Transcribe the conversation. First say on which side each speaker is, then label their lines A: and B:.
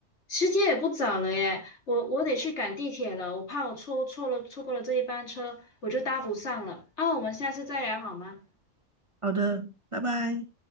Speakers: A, on the left (about 65°); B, on the right (about 30°).
A: 时间也不早了耶，我我得去赶地铁了，我怕我错错了错过了这一班车，我就搭不上了。啊，我们下次再聊好吗？
B: 好的，拜拜。